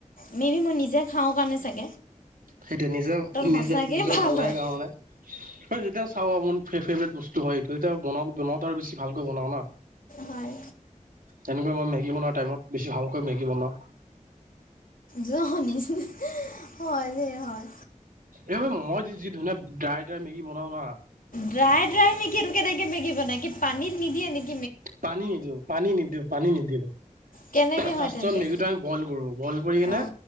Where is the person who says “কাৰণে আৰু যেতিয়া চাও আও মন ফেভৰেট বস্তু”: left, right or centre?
Right